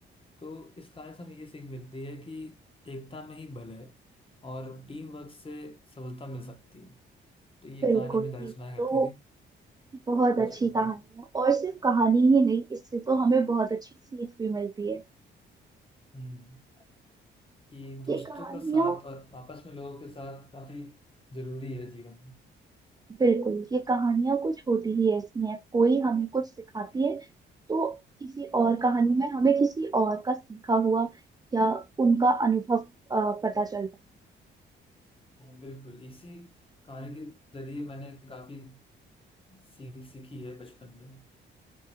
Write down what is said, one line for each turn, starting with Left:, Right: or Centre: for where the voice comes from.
Left: तो इस कहानी से हमें ये सीख मिलती है कि एकता में ही बल है और टीम वर्क से सफलता मिल सकती है तो ये
Right: बिल्कुल
Left: कहानी मैं दादी
Right: ठीक।
Left: सुनाया
Right: तो
Left: करती थी
Right: बहुत
Left: बचपन
Right: अच्छी कहानी
Left: में
Right: है और सिर्फ कहानी ही नहीं इससे तो हमें बहुत अच्छी सीख भी मिलती है
Left: हम्म कि दोस्तों
Right: ये कहानियाँ
Left: का साथ और आपस में लोगों के साथ काफी जरूरी है जीवन में
Right: बिल्कुल ये कहानियाँ कुछ होती ही ऐसी हैं कोई हमें कुछ सिखाती है तो किसी
Left: हम्म,
Right: और कहानी में हमें किसी और का सीखा हुआ या उनका अनुभव अ, पता चलता है
Left: बिल्कुल इसी कहानी के जरिए मैंने काफी सीख सीखी है बचपन